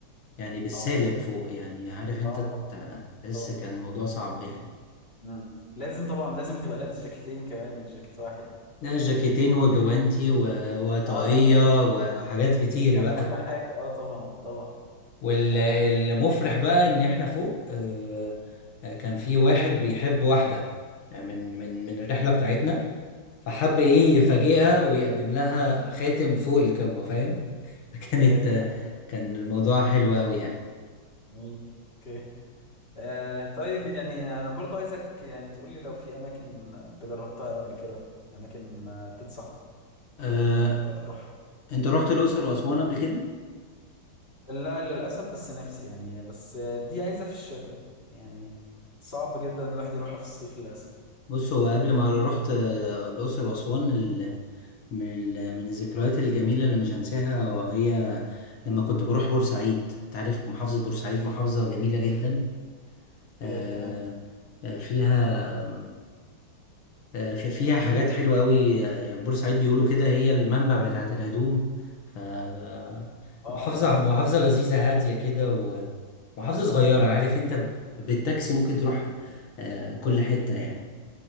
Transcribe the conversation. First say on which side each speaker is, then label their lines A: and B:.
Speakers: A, on the left (about 80°); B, on the left (about 25°).
A: يعني بالسالب
B: آه.
A: فوق يعني عارف انت
B: اه
A: ت-
B: طبعا
A: تحس
B: طبعا
A: كان الموضوع صعب يعني
B: مم. لازم طبعا لازم بتبقى لابس جاكيتين كمان مش جاكيت واحد
A: لا جاكيتين
B: مم.
A: وجوانتي و- وطاقية
B: اه أنت لابس
A: وحاجات كتير
B: لسه لابس
A: بقى
B: كل حاجه اه طبعا طبعا
A: والمفرح
B: آه.
A: بقى ان احنا فوق آه، كان
B: مم.
A: في واحد بيحب واحدة من من من الرحلة بتاعتنا فحب
B: اوكي
A: ايه يفاجئها ويقدم لها خاتم فوق القمة فاهم <laughs> فكانت
B: اوكي تمام
A: كان الموضوع حلو قوي يعني
B: جميل اوكي آه. طيب يعني انا برضو عايزك يعني تقول لي لو في اماكن انت جربتها قبل كده اماكن آه، تنصحني
A: أه...
B: ان انا رحت اروحها
A: انت رحت الأقصر وأسوان قبل كده
B: لا للاسف بس نفسي يعني بس آه، دي عايزه في الشتاء يعني صعب جدا الواحد يروحها في الصيف للاسف
A: بص هو قبل
B: فال-
A: ما رحت آه، الأقصر وأسوان ال... من ال... من الذكريات الجميلة اللي مش هنساها وهي لما كنت بروح بورسعيد تعرف محافظة بورسعيد محافظة جميلة جدا أه...
B: اوكي تمام
A: آه، فيها آه، في فيها حاجات حلوة أوي آه، يعني بورسعيد بيقولوا كده هي المنبع بتاعة الهدوم ف آه،
B: اه
A: محافظة
B: اه
A: محافظة
B: اه
A: لذيذة هادية كده ومحافظة صغيرة
B: جميل
A: عارف أنت ب- بالتاكسي ممكن تروح آه، كل
B: اوكي
A: حتة يعني